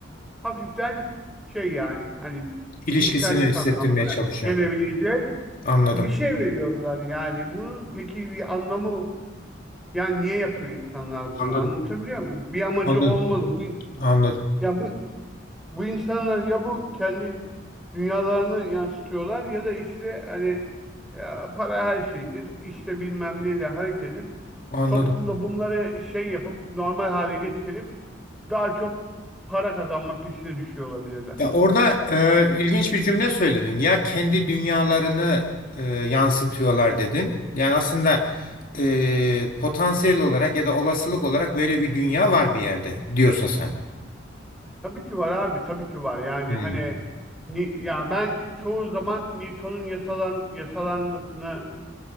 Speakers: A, in the centre; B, on the left (about 45°).
A: hafiften şey yani hani
B: İlişkisini
A: cinsellik
B: hissettirmeye
A: anlamına
B: çalışıyor.
A: gelebilecek
B: Anladım.
A: Bir şey veriyorlar yani. Bunun peki bir anlamı yani niye yapıyor insanlar
B: Anladım.
A: bunu? Anlatabiliyor muyum? Bir amacı
B: Anladım.
A: olmalı. Bu
B: Anladım.
A: ya bu bu insanlar ya bu kendi dünyalarını yansıtıyorlar ya da işte hani ya para her şeydir. İşte bilmem neyle hareket edip
B: Anladım.
A: toplumda bunları şey yapıp normal hale getirip daha çok para kazanma peşine düşüyor olabilirler.
B: Ya orada e, ilginç bir cümle söyledin. Ya kendi dünyalarını e, yansıtıyorlar dedin. Yani aslında e, potansiyel olarak ya da olasılık olarak böyle bir dünya var bir yerde diyorsun sen.
A: Tabii ki var abi, tabii ki var. Yani
B: Hmm.
A: hani ni- ya ben çoğu zaman Newton'un yasalan yasalarına